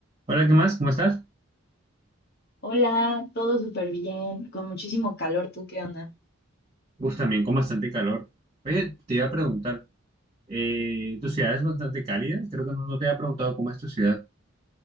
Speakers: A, on the right (about 30°); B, on the left (about 45°).
A: Hola, ¿qué más? ¿Cómo estás?
B: Hola, todo súper bien, con muchísimo calor, ¿tú qué onda?
A: Uf, también con bastante calor. Oye, te iba a preguntar, eh, tu ciudad es bastante cálida, creo que no, no te había preguntado cómo es tu ciudad.